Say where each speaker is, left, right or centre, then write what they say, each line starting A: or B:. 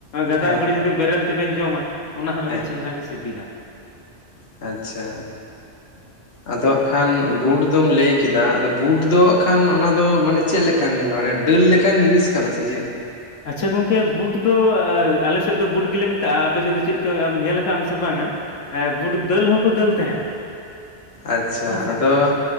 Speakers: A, on the left (about 85°); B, on the left (about 55°).
A: ᱜᱟᱫᱟᱨ
B: ᱦᱮᱸ
A: ᱜᱷᱟᱹᱲᱤᱡ ᱡᱩᱫᱤ ᱵᱮᱨᱮᱞ ᱛᱮᱵᱮᱱ ᱡᱚᱢᱟ ᱚᱱᱟ ᱦᱚᱸ
B: ᱦᱮᱸ
A: ᱟᱹᱰᱤ ᱪᱮᱦᱨᱟ ᱜᱮ ᱥᱤᱵᱤᱞᱟ᱾
B: ᱟᱪᱪᱷᱟ
A: <inaudible>
B: ᱟᱫᱚ ᱦᱟᱸᱜ ᱠᱷᱟᱱ ᱵᱩᱴ ᱫᱚᱢ ᱞᱟᱹᱭ ᱠᱮᱫᱟ ᱟᱫᱚ ᱵᱩᱴ ᱫᱚ ᱦᱟᱸᱜ ᱠᱷᱟᱱ ᱚᱱᱟ ᱫᱚ ᱢᱟᱱᱮ- ᱪᱮᱫ ᱞᱮᱠᱟᱱ ᱢᱟᱱᱮ ᱰᱟᱹᱞ ᱞᱮᱠᱟᱱ ᱡᱤᱱᱤᱥ ᱠᱟᱱᱟ ᱥᱮ ᱪᱮᱫ?
A: ᱟᱪᱪᱷᱟ ᱜᱚᱝᱠᱮ ᱵᱷᱩᱴ ᱫᱚ ᱟ ᱟᱞᱮ ᱥᱮᱫ ᱫᱚ ᱵᱷᱩᱴ ᱜᱮᱞᱮ ᱢᱮᱛᱟᱜᱼᱟ ᱟᱯᱮ ᱥᱮᱫ ᱫᱚ ᱪᱮᱫ ᱠᱚ ᱟᱢ ᱧᱮᱞ ᱠᱟᱜᱼᱟᱢ ᱥᱮ ᱵᱟᱝᱟ? ᱮᱸ ᱵᱩᱴ ᱫᱟᱹᱞ ᱦᱚᱸᱠᱚ ᱫᱟᱹᱞ ᱛᱟᱦᱮᱱᱟ᱾
B: ᱟᱪᱪᱷᱟ
A: ᱦᱳᱭ ᱥᱮ
B: ᱟᱫᱚ